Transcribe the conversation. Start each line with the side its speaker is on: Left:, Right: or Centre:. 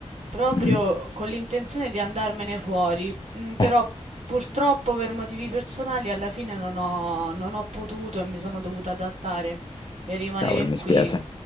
Right: proprio
Left: Mhm.
Right: con l'intenzione di andarmene fuori, mm, però
Left: Eh,
Right: purtroppo per motivi personali alla fine non ho, non ho potuto e mi sono dovuta adattare e rimanere
Left: cavolo, mi
Right: qui.
Left: spiace.